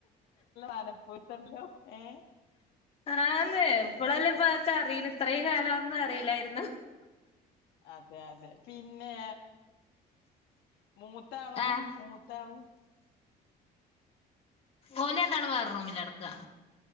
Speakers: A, on the left (about 75°); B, on the left (about 35°).
A: പലപ്പോയും <unintelligible> ഏ
B: ആന്ന് ഇപ്പളല്ലേ ഇപ്പക്കെ അറിയണത് ഇത്രയും കാലന്നും അറിയില്ലായിരുന്നു.
A: അതെ അതെ പിന്നെ മൂത്താളോ
B: ആഹ്
A: മൂത്താള്
B: ഓലുരണ്ടാളും വേറെ റൂമിൽ കിടക്ക